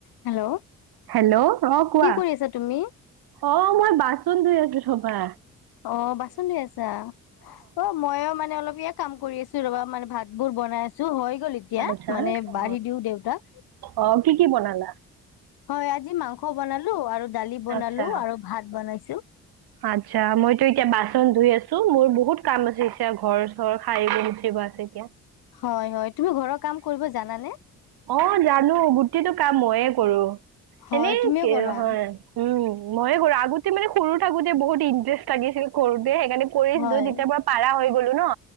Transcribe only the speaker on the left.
Hello?
কি কৰি আছা তুমি
অ', বাচন ধই আছা? অ', ময়ো মানে অলপ ইয়া কাম কৰি আছো ৰবা মানে ভাত বোৰ বনাই আছো হয় গল এতিয়া
মানে
বাঢ়ি দিওঁ দেউতাক।
হয় আজি মাংস বনালো আৰু দালি বনালো
আৰু ভাত বনাইছো।
হয়, হয়, তুমি ঘৰৰ কাম কৰিব জানানে?
হয়
তুমিও কৰা
হয়